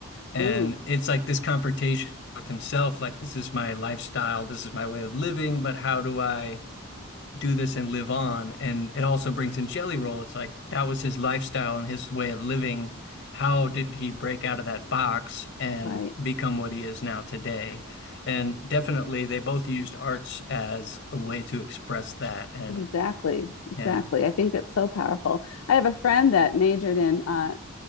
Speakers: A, on the left; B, on the left.
A: And
B: Ooh,
A: it's like this confrontation with himself, like this is my lifestyle, this is my way of living, but how do I do this and live on. And it also brings in Jelly Roll. It's like that was his lifestyle and his way of living. How did he break out of that box and
B: right.
A: become what he is now today? And definitely, they both used arts as a way to express that. And
B: Exactly. Exactly.
A: yeah,
B: I think that's so powerful. I have a friend that majored in uh